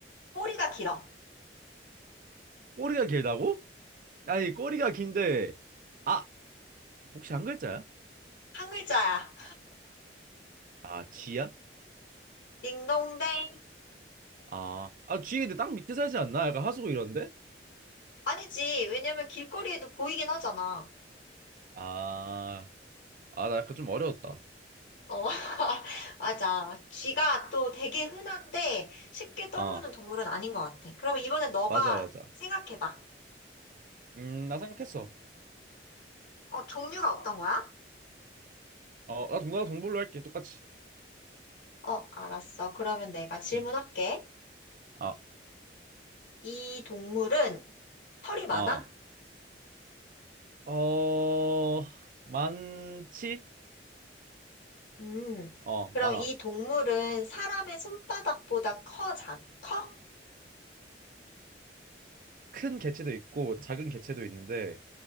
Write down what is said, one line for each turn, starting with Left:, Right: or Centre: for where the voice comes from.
Left: 꼬리가 길어.
Right: 꼬리가 길다고? 아니, 꼬리가 긴데 아, 혹시 한 글자야?
Left: 한 글자야.
Right: 아, 지야?
Left: 딩동댕.
Right: 아, 아, 쥐 근데 땅 밑에 살지 않나? 약간 하수구 이런데?
Left: 아니지. 왜냐면 길거리에도 보이긴 하잖아.
Right: 아, 아, 나 약간 좀 어려웠다.
Left: 어, <laughs> 맞아. 쥐가 또 되게 흔한데 쉽게 떠오르는
Right: 어,
Left: 동물은 아닌 것 같아. 그러면 이번엔 너가
Right: 맞아, 맞아.
Left: 생각해봐.
Right: 음, 나 생각했어.
Left: 어, 종류가 어떤 거야?
Right: 어, 나 동남아 동물로 할게, 똑같이.
Left: 어, 알았어. 그러면 내가 질문할게.
Right: 음, 어,
Left: 이 동물은 털이 많아?
Right: 어, 어, 많지?
Left: 음.
Right: 어,
Left: 그럼
Right: 많아.
Left: 이 동물은 사람의 손바닥보다 커, 작, 커?
Right: 큰 개체도 있고, 뭐 작은 개체도 있는데,